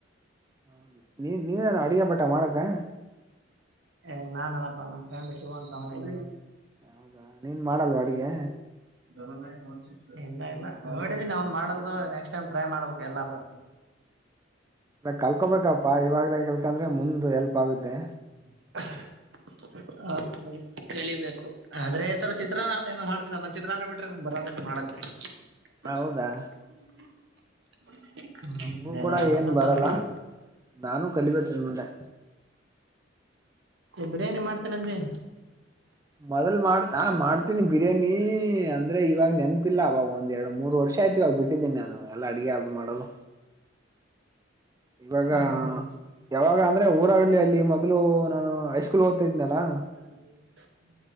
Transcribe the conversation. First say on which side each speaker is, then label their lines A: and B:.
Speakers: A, on the right (about 20°); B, on the right (about 70°).
A: ಹ ನೀ ನೀವೇನು ಅಡುಗೆ ಪಟ್ಟ ಮಾಡಕ್ಕೆ
B: ಏ ನಾನ್ನಪ್ಪಾ ನಮ್ಮ ಫ್ಯಾಮಿಲಿ ಶಿವ ಅಂತ ಅವನ
A: ಹೌದಾ ನೀನ್ ಮಾಡಲ್ವಾ ಅಡಗೆ
B: ಧ ಮೇ್ ಬಸ ಇಲ್ಲ ಇಲ್ಲ ನೋಡಿದೀಿ ಅವನ್ ಮಾಡದು ನೆಕ್ಸ್ಟ್ ಟೈಮ್ ಟ್ರೈ ಮಾಡ್ಬೇಕು ಎಲ್ಲಾದ್ರ
A: ಕಲ್ಕೋಬೇಕಪ್ಪಾ ಇವಾಗ್ಲೇ ಕಲ್ಕಂದ್ರೆ ಮುಂದ್ ಎಲ್ಪ್ ಆಗುತ್ತೆ
B: <inaudible> ಹೌದ ಕಲಿಬೇಕು ಆದ್ರೆ ಈ ತರ ಚಿತ್ರಾ ಏನೋ ಮಾಡ್ತೀನ ಅದೊಂದು ಚಿತ್ರಾನ್ನ ಬಿಟ್ರೆ ನಂಗ ಬರದ ಮಾಡ <unintelligible>
A: ಹೌದಾ
B: <inaudible>
A: ನಮಗೂ
B: ಬೇರೆ
A: ಕೂಡ ಏನ್
B: ಏನೋ
A: ಬರಲ್ಲ
B: ಕಲ್ತಿಲ್ಲ
A: ನಾನು ಕಲಿಬೇಕೇನ್ ಮುಂದೆ
B: ಬಿರಿಯಾನಿ ಮಾಡ್ತೇನನ್ರಿ
A: ಮೊದಲ್ ಮಾಡ ಆ ಮಾಡ್ತೀನಿ ಬಿರಿಯಾನಿ ಅಂದ್ರೆ ಇವಾಗ ನೆನ್ ಇಿಲ್ಲ ಅವವಾಗ ಒಂದ ಎರಡು ಮೂರು ವರ್ಷ ಆಯ್ತುವಾಗ ಬಿಟ್ಟಿದ್ದೀನಿಾನು ಎ ಅಡುಗೆ ಅದು ಮಾಡೋದು ಇವಾಗ
B: ಹ್ಮ್ ಹ್ಮ್
A: ಯಾವಾಗ ಅಂದ್ರೆ ಊರಲ್ಲಿ ಅಲ್ಲಿ ಮೊದ್ಲು ನಾನು ಹೈಸ್ಕೂಲ್ ಓದ್ತಾ ಇದ್ನಲ್ಲಾ
B: ಹ